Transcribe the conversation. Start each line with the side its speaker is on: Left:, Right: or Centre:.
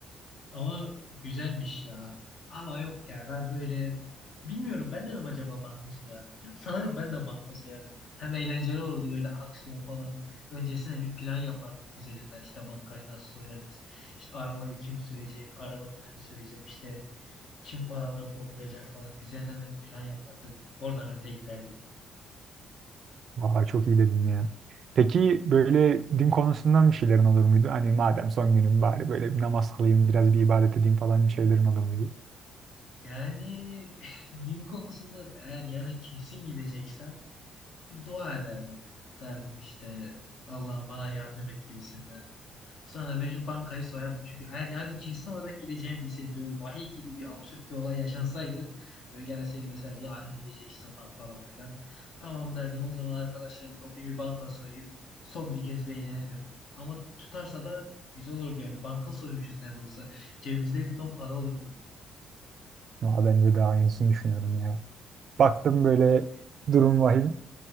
Left: Ama güzelmiş ya. Ama yok ya ben böyle bilmiyorum ben de mi acaba banka soyardım ya. Sanırım ben de banka soyardım. Hem eğlenceli olurdu böyle aksiyon falan. Öncesine bir plan yapardık güzelinden. İşte bankayı nasıl soyarız. İşte arabayı kim sürecek, arabayı ben süreceğim. İşte kim paraları toplayacak falan. Güzelinden de bir plan yapardık. Oradan öte giderdik.
Right: Vay çok iyi dedin ya. Peki böyle din konusundan bir şeylerin olur muydu? Hani madem son günüm bari böyle bir namaz kılayım, biraz bir ibadet edeyim falan bir şeylerin olur muydu?
Left: Yani <laughs> din konusunda eğer yarın kesin gideceksen bir dua ederdim. Derdim işte Allah'ım bana yardım et gibisinden. Sonra mecbur bankayı soyardım. Çünkü eğer yarın kesin olarak gideceğimi bilseydim böyle vahiy gibi bir absürt bir olay yaşansaydı böyle gelseydi deseydi yarın gideceksin lan falan filan. Tamam derdim o zaman arkadaşlarımı toplayayım bir banka soyayım. Son bir kez bir eğlenelim. Ama tutarsa da güzel olurdu yani. Banka soymuşuz ne de olsa. Cebimizde bir ton para olurdu.
Right: Ya bence daha iyisini düşünüyorum ya. Baktım böyle durum vahim.